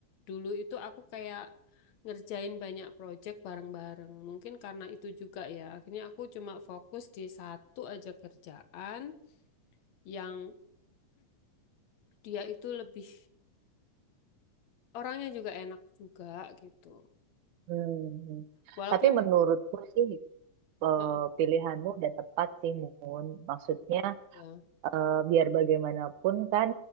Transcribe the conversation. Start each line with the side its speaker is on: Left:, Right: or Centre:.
Left: dulu itu aku kayak ngerjain banyak project bareng-bareng mungkin karena itu juga ya akhirnya aku cuma fokus di satu aja kerjaan yang dia itu lebih orangnya juga enak juga gitu
Right: mm, mm.
Left: walaupun
Right: Tapi menurutku sih eh,
Left: Heeh,
Right: pilihanmu udah tepat sih, Mun. Maksudnya
Left: ya
Right: eh, biar bagaimanapun kan